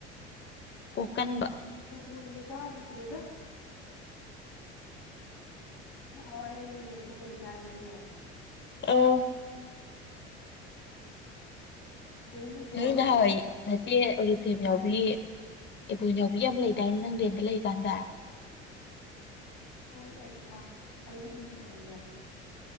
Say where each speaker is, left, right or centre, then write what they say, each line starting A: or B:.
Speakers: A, on the left (about 30°); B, on the left (about 65°).
A: ꯀꯣꯛꯀꯟꯕ
B: ꯑꯦꯕꯣꯟꯒ ꯇꯥꯒꯤꯗ꯭ꯔꯦꯗ ꯅꯍꯥꯟꯋꯥꯏ ꯑꯩꯅ ꯔꯦꯟꯇ ꯂꯩꯔꯤꯀꯥꯟꯗꯗꯤꯅꯦ
A: ꯑ ꯥꯎ
B: <inaudible> ꯆꯦꯂꯤꯗꯣ
A: ꯅꯪ ꯅꯍꯥꯟꯋꯥꯏ ꯉꯆꯦ ꯔꯤꯐꯦꯝ
B: ꯃꯥꯅꯅꯦ
A: ꯌꯥꯎꯕꯤ ꯏꯕꯣꯟ ꯌꯥꯎꯕꯤ ꯌꯥꯝ ꯂꯩꯗꯥꯏꯅꯦ ꯅꯪꯗꯦ ꯂꯩ ꯀꯥꯟꯗ
B: ꯍꯣꯏ ꯑꯗꯨꯃ ꯑꯩꯅ ꯎꯗꯗꯤꯅꯦꯤꯠ